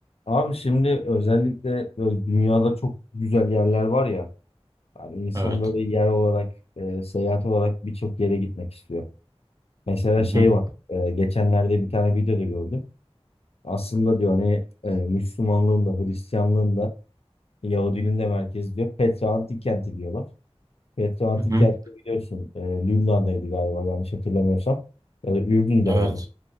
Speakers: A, on the left (about 70°); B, on the right (about 35°).
A: Abi şimdi özellikle böyle dünyada çok güzel yerler var ya. Yani insan
B: Evet.
A: böyle yer olarak, e, seyahat olarak birçok yere gitmek istiyor. Mesela
B: Hı
A: şey
B: hı.
A: var. e, geçenlerde bir tane videoda gördüm. Aslında diyor hani e, Müslümanlığın da Hristiyanlığın da Yahudiliğin de merkezi diyor. Petra Antik Kenti diyorlar. Petra Antik
B: Hı hı.
A: Kenti biliyorsun e, Lübnan'daydı galiba yanlış hatırlamıyorsam. Ya da Ürdün'de
B: Evet.
A: miydi?